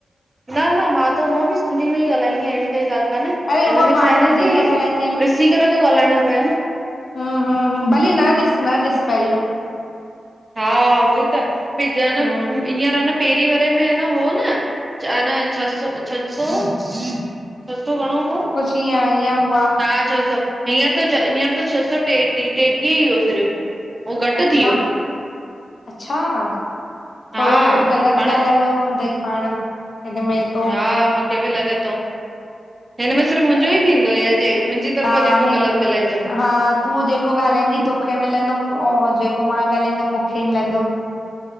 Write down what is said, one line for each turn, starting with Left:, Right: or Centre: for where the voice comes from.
Right: न-न मां त हूअ भी सिंधी में ही गालाईंदी आयां अहिड़ी काई गाल काने।
Left: अरे उमा
Right: हिनमें
Left: पाण
Right: छा आहे
Left: हिंदीअ
Right: न की,
Left: में ॻाल्हाईंदा
Right: ॾिसी करे थो गालाएणो पये न।
Left: ह, ह् ह भली न ॾिस न ॾिस पहरियूं।
Right: हा उहोई त् फिर चेन्
Left: हम्म
Right: हींअर अंन पेरीं वरे में अन हो न् अन छसो-छसौ छ़सौ घणो हो
Left: तिअ आया उ।
Right: हा छसौं, हींअर त हींअर त छसौं टेट टेटीह ई हो सिर्फ़। उहो घटि
Left: अच्छा
Right: थी वियो
Left: अच्छां
Right: हा
Left: थोड़ो कुछ गलत
Right: पाण
Left: गालायो हूंदई पाण। हिन में तो
Right: हा मूखे बि लगे तो हिन में सिर्फ़ मुंहजो ई थींदो या जे मुहिंजी तरफ़ा
Left: हा
Right: जेको
Left: हिन
Right: गलत गालाए जदो।
Left: हा तूं जेको ॻाल्हाईंदीअ तोखे मिलंदो हा जेको मां ॻाल्हाईंदमि मूंखे ई मिलंदो।